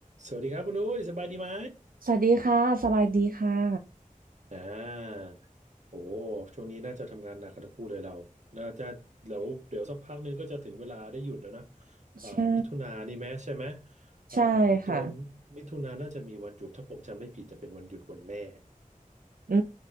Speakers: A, on the right; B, on the right.
A: สวัสดีครับคุณอุ้ยสบายดีไหม
B: สวัสดีค่ะสบายดีค่ะ
A: อ่าโอ้โหช่วงนี้น่าจะทำงานหนักกันทั้งคู่เลยเราเราจะเดี๋ยวเดี๋ยวสักพักนึงก็จะถึงเวลาได้หยุดแล้วนะอ่ามิถุนานี่ไหมใช่ไหม
B: ใช่
A: เอ่อตัว
B: ใช่ค่ะ
A: มิถุนาน่าจะมีวันหยุดถ้าผมจำไม่ผิดจะเป็นวันหยุดวันแม่
B: อื